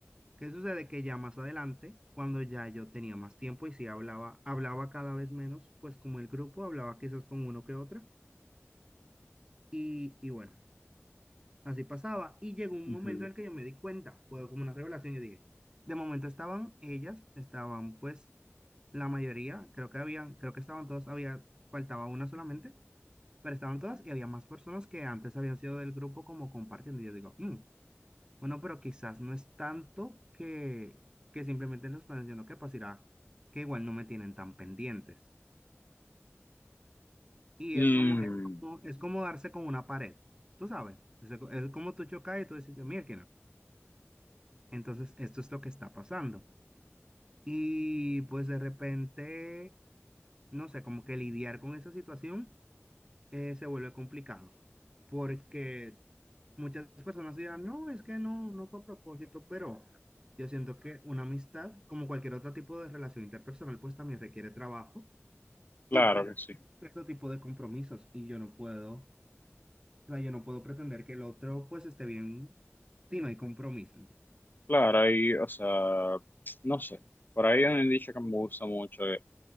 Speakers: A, on the right; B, on the left.
A: ¿Qué sucede? Que ya más adelante, cuando ya yo tenía más tiempo y sí hablaba, hablaba cada vez menos, pues como el grupo hablaba quizás con uno que otra. Y, y bueno. Así pasaba. Y llegó un
B: Ujú.
A: momento en el que yo me di cuenta, fue como una revelación, yo dije, de momento estaban ellas, estaban pues la mayoría, creo que habían, creo que estaban todas, había, faltaba una solamente, pero estaban todas y había más personas que antes habían sido del grupo como compartiendo. Y yo digo, "Mm, bueno, pero quizás no es tanto que, que simplemente en los planes yo no que pasará, que igual no me tienen tan pendientes. Y
B: Mm,
A: es como, es como, es como darse con una pared, tú sabes, es, es como tú chocas y tú dices, mira, Entonces, esto es lo que está pasando. Y pues de repente, no sé, como que lidiar con esa situación eh, se vuelve complicado, porque muchas personas dirán, no, es que no, no fue a propósito, pero yo siento que una amistad, como cualquier otro tipo de relación interpersonal, pues también requiere trabajo
B: claro
A: y pues
B: que sí.
A: cierto tipo de compromisos y yo no puedo, o sea, yo no puedo pretender que el otro pues esté bien si no hay compromiso.
B: Claro, ahí, o sea, no sé. Por ahí hay un dicho que me gusta mucho, eh,